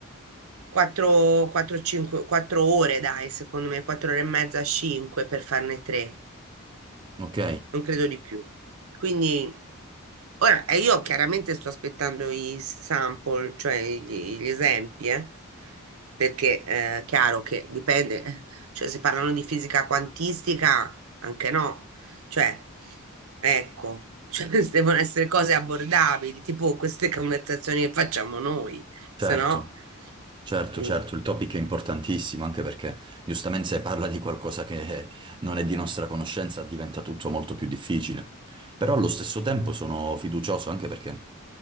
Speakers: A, on the right; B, on the right.
A: 4, 4, 5, 4 ore, dai, secondo me, 4 ore e mezza, 5 per farne 3,
B: ok,
A: non credo di più. Quindi Ora, eh, io chiaramente sto aspettando i sample, cioè gli, gli esempi, eh, perché è chiaro che dipende, eh, cioè se parlano di fisica quantistica, anche no, cioè, ecco, cioè, <laughs> queste devono essere cose abbordabili, tipo queste conversazioni che facciamo noi,
B: certo.
A: se no...
B: Certo,
A: Mm,
B: certo, il topic è importantissimo, anche perché giustamente se parla di qualcosa che non è di nostra conoscenza diventa tutto molto più difficile. Però allo stesso tempo sono fiducioso anche perché